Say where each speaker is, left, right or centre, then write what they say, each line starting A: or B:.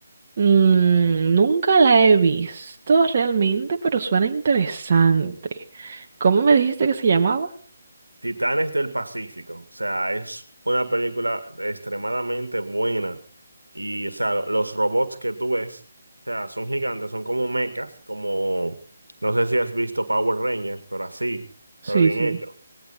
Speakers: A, on the right; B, on the right.
A: Mm, nunca la he visto realmente, pero suena interesante. ¿Cómo me dijiste que se llamaba?
B: Titanes del Pacífico, o sea, es una película extremadamente buena y, o sea, lo- los robots que tú ves, o sea, son gigantes, son como mechas, como, no sé si has visto Power Rangers, pero así,
A: Sí,
B: pero bien
A: sí.
B: hecho.